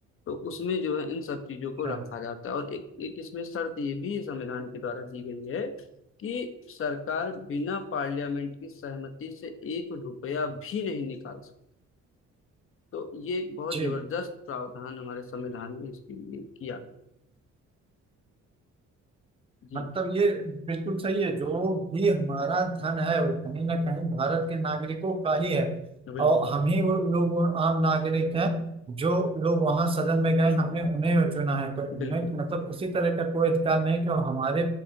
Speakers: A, on the left (about 45°); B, on the right (about 20°).
A: तो उसमें जो है इन सब चीजों को रखा
B: हाँ,
A: जाता है और एक एक इसमें शर्त ये भी संविधान के द्वारा दी गई है कि सरकार बिना पार्लियामेंट की सहमति से एक रुपया भी नहीं निकाल सकती तो ये एक बहुत
B: जी
A: जबरदस्त प्रावधान हमारे संविधान में इसके लिए किया गया जी
B: मतलब ये बिल्कुल सही है जो भी हमारा धन है वो कहीं ना कहीं भारत के नागरिकों का ही है
A: बिल्कुल
B: और हम ही वो लोग वो आम नागरिक हैं जो लोग वहां सदन में गए हमने उन्हें चुना है तो
A: बिल्कुल
B: उन्हें मतलब किसी तरह का कोई अधिकार नहीं कि वो हमारे